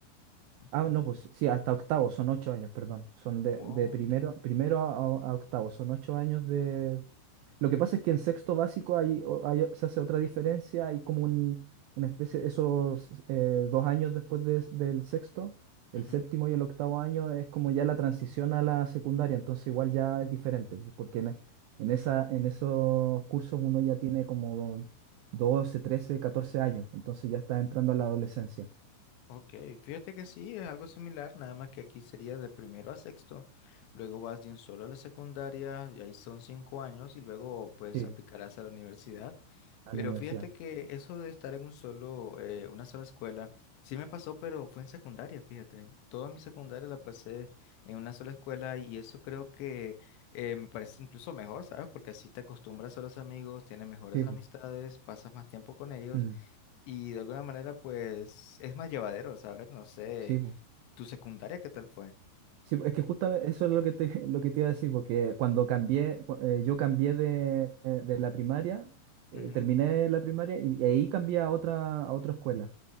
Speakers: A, on the left; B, on the right.
A: ujú,
B: Ah, no, pues sí, hasta octavo, son ocho años, perdón. Son de,
A: wow,
B: de primero,
A: ok,
B: primero a, a octavo, son ocho años de... Lo que pasa es que en sexto básico hay, o- hay- se hace otra diferencia, hay como un, una especie, esos eh, dos años después de- del sexto, el
A: ujú.
B: séptimo y el octavo año es como ya la transición a la secundaria, entonces igual ya es diferente, pues, porque en, en esa, en esos cursos uno ya tiene como 12, 13, 14 años, entonces ya está entrando a la adolescencia,
A: Ok, fíjate que sí, es algo similar, nada más que aquí sería de primero a sexto, luego vas de un solo a la secundaria, y ahí son cinco años, y luego pues
B: sí,
A: aplicarás a la universidad.
B: a
A: Pero
B: la universidad.
A: fíjate que eso de estar en un solo, eh, una sola escuela, sí me pasó, pero fue en secundaria, fíjate. Toda mi secundaria la pasé en una sola escuela y eso creo que eh, me parece incluso mejor, ¿sabes? Porque así te acostumbras a los amigos, tienes mejores
B: Sí,
A: amistades,
B: pues.
A: pasas más tiempo con ellos.
B: Mm,
A: Y de alguna manera, pues, es más llevadero, ¿sabes? No sé,
B: sí, po.
A: ¿tu secundaria qué tal fue?
B: Sí, po, es que justamente eso es lo que te, <laughs> lo que te iba a decir, porque cuando cambié, cu- eh, yo cambié de, eh, de la primaria, eh,
A: Ujú,
B: terminé la primaria y, y ahí cambié a otra, a otra escuela.